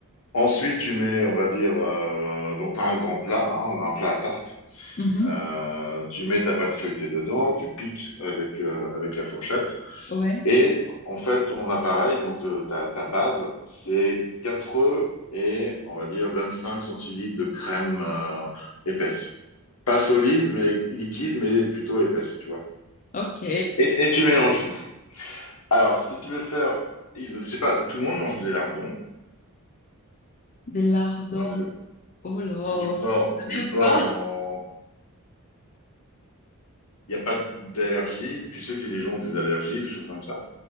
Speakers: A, on the left; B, on the left.
A: Ensuite, tu mets, on va dire, euh, donc tu as un grand plat, hein, un plat à tarte.
B: Mhm.
A: Euh, tu mets ta pâte feuilletée dedans, tu piques avec, euh, avec la fourchette.
B: Ouais.
A: Et en fait, ton appareil, donc te- ta, ta base, c'est 4 œufs et on va dire 25 centilitres de crème euh, épaisse. Pas solide, mais liquide, mais plutôt épaisse, tu vois.
B: Ok.
A: Et, et tu mélanges tout. Alors, si tu veux faire, il- je sais pas, tout le monde mange des lardons.
B: Des lardons.
A: Dans le-
B: Oh là,
A: c'est du porc,
B: je
A: du
B: ne sais
A: porc
B: pas.
A: dans. Il n'y a pas d'allergie. Tu sais si les gens ont des allergies, des choses comme ça.